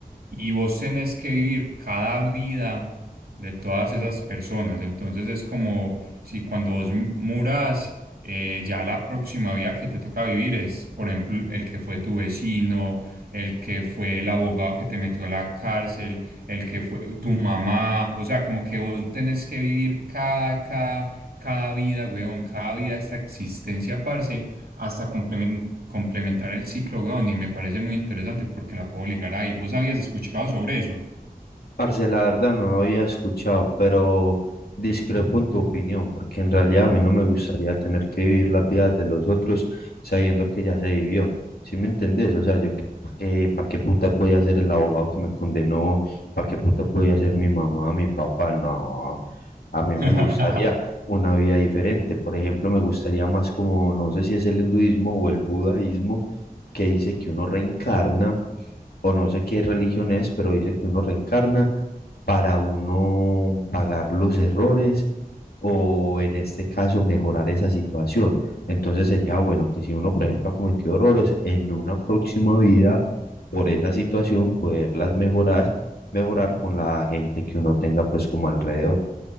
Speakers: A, on the right; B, on the left.
A: y vos tenés que vivir cada vida de todas esas personas. Entonces es como si cuando vos murás eh, ya la próxima vida que te toca vivir es, por ejemplo, el que fue tu vecino, el que fue el abogado que te metió a la cárcel, el que fue tu mamá, o sea, como que vos tenés que vivir cada, cada, cada vida, weón, cada vida de esta existencia, parce, hasta complemen- complementar el ciclo, weón, y me parece muy interesante porque la puedo ligar ahí. ¿Vos habías escuchado sobre eso?
B: Parce, la verdad no lo había escuchado, pero discrepo en tu opinión, porque en realidad a mí no me gustaría tener que vivir las vidas de los otros sabiendo que ya se vivió. ¿Sí me entendés? O sea, yo que, ¿para qué putas voy a ser el abogado que me condenó? ¿Para qué putas voy a ser mi mamá, mi papá? No, a mí me
A: <laughs>
B: gustaría una vida diferente. Por ejemplo, me gustaría más como, no sé si es el hinduismo o el budaísmo, que dice que uno reencarna o no sé qué religión es, pero dice que uno reencarna para uno pagar los errores o en este caso mejorar esa situación. Entonces sería bueno que si uno, por ejemplo, ha cometido errores en una próxima vida por esa situación, poderlas mejorar, mejorar con la gente que uno tenga pues como alrededor.